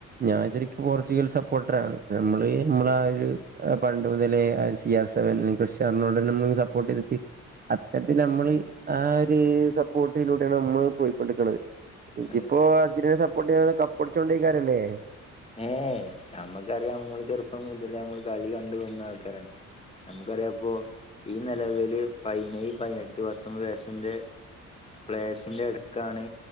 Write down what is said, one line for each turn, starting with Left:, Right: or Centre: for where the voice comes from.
Right: ഞാൻ
Left: അതെ
Right: ശരിക്കും പോർച്ചുഗൽ സപ്പോർട്ടറാണ് നമ്മള് നമ്മള
Left: അതെ
Right: ആ ഒരു പണ്ട് മുതലേ സി ആർ സെവൻ അല്ലെ ക്രിസ്ത്യനോ റൊണാൾഡനെ നമ്മൾങ്ങനെ സപ്പോർട്ട് ചെയ്തിട്ട് അത്തരത്തിൽ നമ്മൾ ആ ഒരു സപ്പോർട്ടിലൂടെയാണ് നമ്മള് പോയിക്കൊണ്ടിക്ക്ണത് ഇജിപ്പോ
Left: അതെ
Right: അർജൻ്റിനെ സപ്പോർട്ട് ചെയ്യണത് കപ്പടിച്ചോണ്ടിക്കാരല്ലേ
Left: ഏ നമ്മക്കറിയാം നമ്മള് ചെറുപ്പം മുതലെ നമ്മൾ കളി കണ്ട് വന്ന ആൾക്കാരാണ്. നമുക്കറിയാം ഇപ്പോ ഈ നിലവില് പയിനേയ് പതിനെട്ട് പത്തൊമ്പത് വയസിന്റെ പ്ലയേസിന്റെ -ടുക്കാണ്